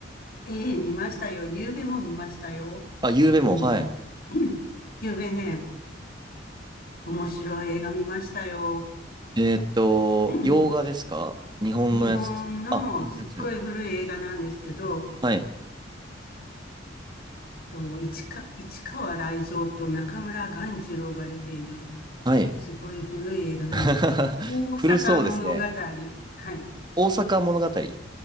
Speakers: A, on the left; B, on the right.
A: ええ見ましたよ。夕べも見ましたよ。
B: あ、ゆうべも、
A: うん。
B: はい。
A: <coughs> <clears throat> 夕べね、面白い映画見ましたよ。<coughs>
B: えーっと、
A: <clears throat>
B: 洋画ですか日本のやつですかあ、
A: 日本のすっごい古い映画なんですけど、
B: 日本のやつ。はい。
A: と市川、市川雷蔵と中村鴈治郎が出ている
B: はい。
A: すごい古い映画なんですけど、
B: <laughs>
A: 大阪物語。
B: 古そうですね。
A: はい。
B: 大阪物語。